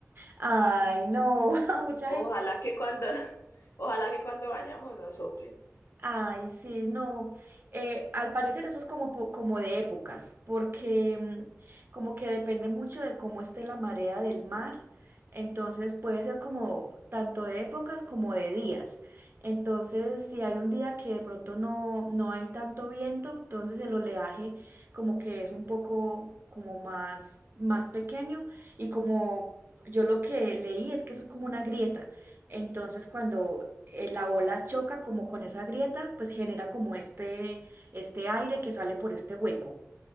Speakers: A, on the right; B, on the left.
A: Ay, no, <laughs> mucha
B: Ojalá que cuando, <laughs> ojalá que cuando vayamos no sople.
A: Ay, sí, no. Eh, al parecer eso es como, po- como de épocas, porque mm, como que depende mucho de cómo esté la marea del mar. Entonces puede ser como tanto de épocas como de días. Entonces, si hay un día que de pronto no, no hay tanto viento, entonces el oleaje como que es un poco como más, más pequeño y como yo lo que leí es que eso es como una grieta. Entonces, cuando eh, la ola choca como con esa grieta, pues genera como este, este aire que sale por este hueco.